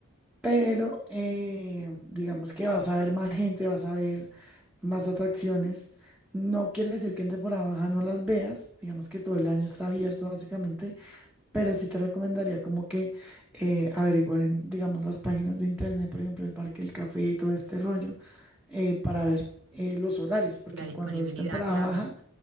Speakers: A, in the centre; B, on the right.
A: Pero eh, digamos que vas a ver más gente, vas a ver más atracciones. No quiere decir que en temporada baja no las veas, digamos que todo el año está abierto básicamente pero sí te recomendaría como que eh, averiguar en, digamos, las páginas de internet, por ejemplo, el Parque del Café y todo este rollo, eh, para ver eh, los horarios, porque
B: La disponibilidad,
A: cuando es temporada
B: claro.
A: baja,